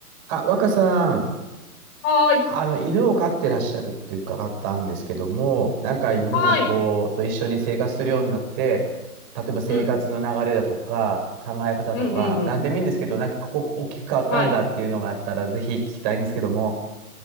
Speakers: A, on the right; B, on the left.
A: あ、若さん、
B: はーい。
A: あの、犬を飼ってらっしゃるって伺ったんですけども、なんか犬をこう、
B: はーい。
A: と一緒に生活するようになって、例えば生活の流れだとか、
B: うん。
A: 考え方とか、
B: うん、うん、うん。
A: なんでもいいんですけど、なんかここ大きく変わったんだっていうのがあったら、
B: はい。
A: ぜひ聞きたいんですけども。